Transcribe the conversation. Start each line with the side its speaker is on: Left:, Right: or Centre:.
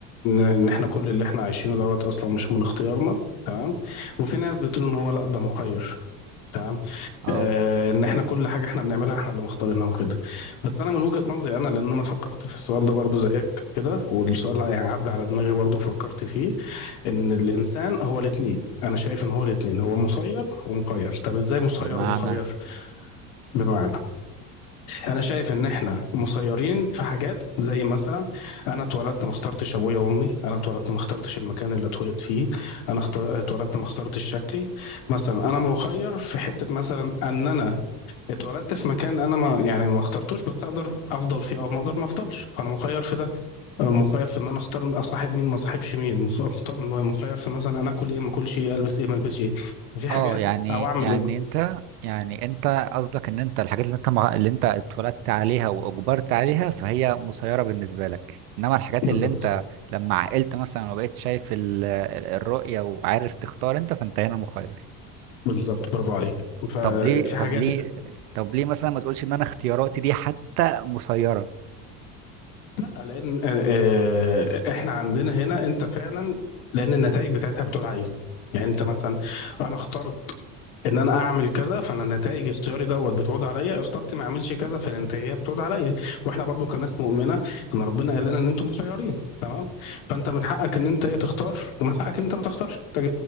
Left: إن إن إحنا كل اللي إحنا عايشينه دوت أصلا مش من اختيارنا تمام وفي ناس بتقول إن هو لأ ده مخير تمام
Right: اه
Left: آه إن إحنا كل حاجة إحنا بنعملها إحنا اللي مختارينها وكده بس أنا من وجهة نظري أنا لأن أنا فكرت في السؤال ده برضو زيك كده والسؤال يعني عدى على دماغي برضو فكرت فيه إن الإنسان هو الاتنين أنا شايف إن هو الاتنين هو مسير ومخير طب إزاي مسير
Right: بمعنى
Left: ومخير؟ بمعنى انا شايف ان احنا مسيرين في حاجات زي مثلا انا اتولدت ما اخترتش ابويا وامي انا اتولدت ما اخترتش المكان اللي اتولد فيه انا اخت- اتولدت ما اخترتش شكلي مثلا انا مخير في حته مثلا ان انا اتولدت في مكان انا ما يعني ما اخترتوش بس اقدر افضل فيه او ما اقدر ما افضلش فانا مخير في ده مخير في ان انا اختار اصاحب مين ما اصاحبش مين مخ- أخت- مخير في مثلا انا اكل ايه ما اكلش ايه البس ايه ما البسش ايه في حاجات
Right: اه يعني
Left: او اعمل
Right: يعني
Left: ايه
Right: انت يعني انت قصدك ان انت الحاجات اللي انت مع- اللي انت اتولدت عليها واجبرت عليها فهي مسيره بالنسبه لك انما الحاجات
Left: بالظبط
Right: اللي انت لما عقلت مثلا وبقيت شايف ال- ال- الرؤيه وعارف تختار انت فانت هنا مخير
Left: بالظبط برافو عليك ففي
Right: طب ليه طب
Left: حاجات
Right: ليه طب ليه مثلا ما تقولش ان انا اختياراتي دي حتى مسيرة
Left: لا لان آه، آه، احنا عندنا هنا انت فعلا لان النتائج بتاعتها بتقول عليه يعني انت مثلا انا اخترت ان انا اعمل كذا فانا النتائج اختياري دوت بتعود عليا اخترت ما اعملش كذا فالنتائج بتعود عليا واحنا برضو كناس مؤمنه ان ربنا قال لنا ان انتم مخيرين تمام فانت من حقك ان انت ايه تختار ومن حقك ان انت ما تختارش محتاج